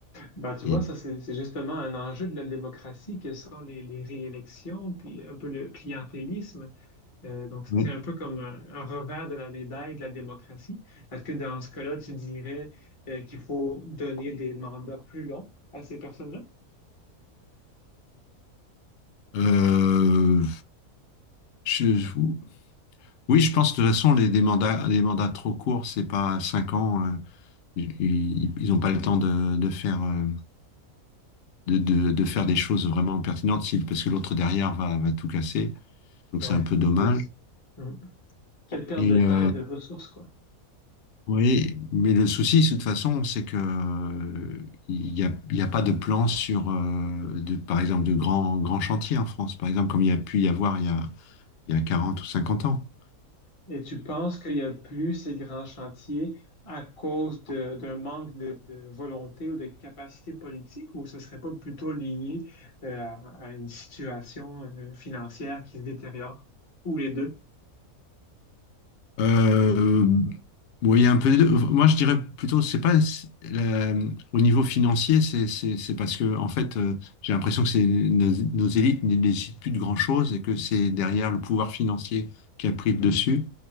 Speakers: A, on the left (about 30°); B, on the left (about 65°).
A: Ben, tu
B: Et
A: vois, ça, c'est c'est justement un enjeu de la démocratie que sont les, les réélections, puis un peu le clientélisme. Euh, donc,
B: bon,
A: c'est un peu comme un, un revers de la médaille de la démocratie. Est-ce que dans ce cas-là, tu dirais euh, qu'il faut donner des mandats plus longs à ces personnes-là?
B: euh, je- oui, je pense de toute façon les des mandats, les mandats trop courts, c'est pas cinq ans. euh, ils ils n'ont pas le temps de, de faire euh, de, de- de faire des choses vraiment pertinentes si- parce que l'autre derrière va, va tout casser. Donc
A: Ouais,
B: c'est un peu
A: en
B: dommage.
A: plus. Mhm. Quelle perte
B: Et
A: de temps
B: euh,
A: et de ressources, quoi.
B: Oui, mais le souci, de toute façon, c'est que euh, il n'y a, il y a pas de plan sur, euh, de, par exemple, de grands grands chantiers en France, par exemple, comme il y a pu y avoir il y a, il y a 40 ou cinquante ans.
A: Et tu penses qu'il n'y a plus ces grands chantiers à cause de- d'un manque de, de volonté ou de capacité politique, ou ce serait pas plutôt lié euh, à, à une situation euh, financière qui se détériore, ou les deux?
B: Euh, ouais, il y a un peu des deux. Moi, je dirais plutôt, c'est pas c'est- la- au niveau financier, c'est c'est- c'est parce que, en fait, euh, j'ai l'impression que c'est nos, nos élites ne décident plus de grand-chose et que c'est derrière le pouvoir financier qui a pris le
A: Mhm,
B: dessus.